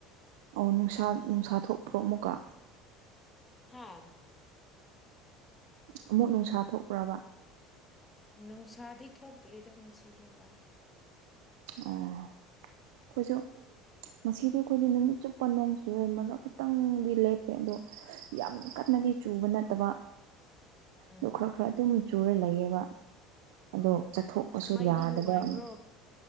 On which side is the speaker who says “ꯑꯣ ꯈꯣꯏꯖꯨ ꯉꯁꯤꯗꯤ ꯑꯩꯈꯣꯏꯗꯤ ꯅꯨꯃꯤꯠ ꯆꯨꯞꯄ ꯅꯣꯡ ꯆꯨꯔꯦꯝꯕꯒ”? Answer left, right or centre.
Right